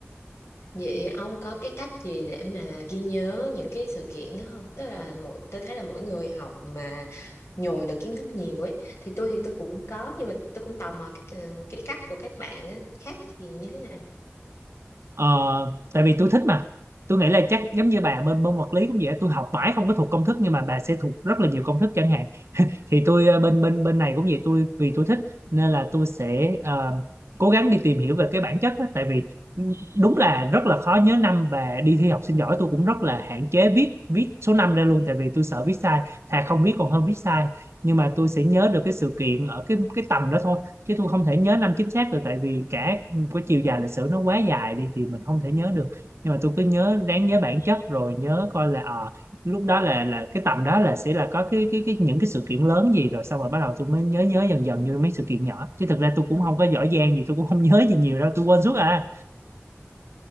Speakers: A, on the left (about 75°); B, on the right (about 75°).
A: Vậy ông có cái cách gì để mà ghi nhớ những cái sự kiện đó không? Tức là mỗi tôi thấy là mỗi người học mà nhồi được kiến thức nhiều ấy thì tôi thì tôi cũng có nhưng mà tôi cũng tò mò cái cái cách của các bạn á, khác thì như thế này.
B: Ờ, tại vì tôi thích mà tôi nghĩ là chắc giống như bà bên môn vật lý cũng vậy tôi học mãi không có thuộc công thức nhưng mà bà sẽ thuộc rất là nhiều công thức chẳng hạn thì tôi ờ, bên bên bên này cũng vậy tôi vì tôi thích nên là tôi sẽ ờ, cố gắng đi tìm hiểu về cái bản chất á. tại vì đúng là rất là khó nhớ năm và đi thi học sinh giỏi tôi cũng rất là hạn chế viết viết số năm ra luôn tại vì tôi sợ viết sai thà không viết còn hơn viết sai nhưng mà tôi sẽ nhớ được cái sự kiện ở cái cái tầm đó thôi chứ tôi không thể nhớ năm chính xác được tại vì cả cái chiều dài lịch sử nó quá dài đi thì mình không thể nhớ được nhưng mà tôi cứ nhớ ráng nhớ bản chất rồi nhớ coi là ờ lúc đó là là cái tầm đó là sẽ là có cái cái cái những cái sự kiện lớn gì rồi xong rồi bắt đầu tôi mới nhớ nhớ dần dần như mấy sự kiện nhỏ chứ thực ra tôi cũng không có giỏi giang gì tôi cũng không <laughs> nhớ gì nhiều đâu tôi quên suốt à